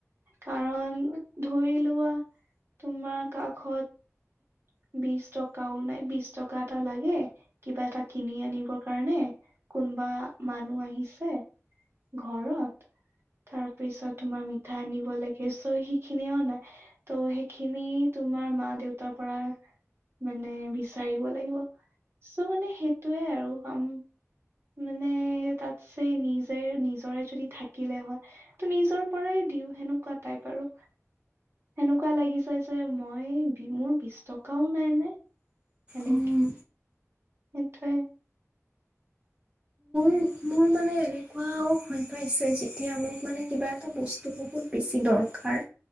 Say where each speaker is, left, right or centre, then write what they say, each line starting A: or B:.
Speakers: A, on the right (about 50°); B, on the right (about 20°).
A: কাৰণ ধৰি লোৱা তোমাৰ কাষত বিশ টকাও নাই বিশ টকা এটা লাগে কিবা এটা কিনি আনিবৰ কাৰণে। কোনোবা মানুহ আহিছে ঘৰত- তাৰ পিছত তোমাৰ মিঠা আনিব লাগে চ' সিখিনি অ নাই ত' সেইখিনি। তোমাৰ মা দেউতাৰ পৰা। মানে বিচাৰিব লাগিব চ' মানে সেইটোয়ে আৰু কাম- মানে তাতছে নিজে নিজৰে যদি থাকিলে হয় ত নিজৰ পৰাই- দিও সেনেকুৱা তাই বাৰু। সেনেকুৱা লাগি চাইছে মই মোৰ বিশ টকাও নাই নে। এনেকি
B: উম,
A: এইটোৱে।
B: মোৰ মানে এনেকুৱাও হৈ পাইছে যেতিয়া মোক মানে কিবা এটা বস্তু বহুত বেছি দৰ দৰকাৰ